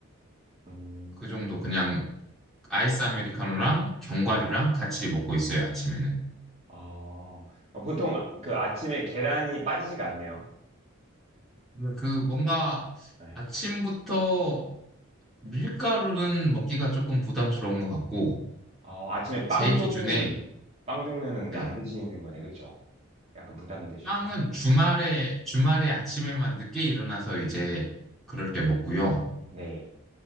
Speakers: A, on the right; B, in the centre.
A: 음.
B: 그 정도 그냥 아이스 아메리카노랑 견과류랑
A: 네.
B: 같이 먹고 있어요, 아침에는.
A: 아, 어, 보통 그 아침에 계란이 빠지지가 않네요.
B: 네. 그 뭔가
A: 네.
B: 아침부터 밀가루는 먹기가 조금 부담스러운 것 같고,
A: 아, 아침에 빵
B: 제 기준에,
A: 종류는, 빵 종류는
B: 네.
A: 이제 안 드시는 거네. 그쵸? 약간 부담되셔서?
B: 빵은 주말에, 주말에 아침에만 늦게 일어나서 이제 그럴 때 먹고요.
A: 네.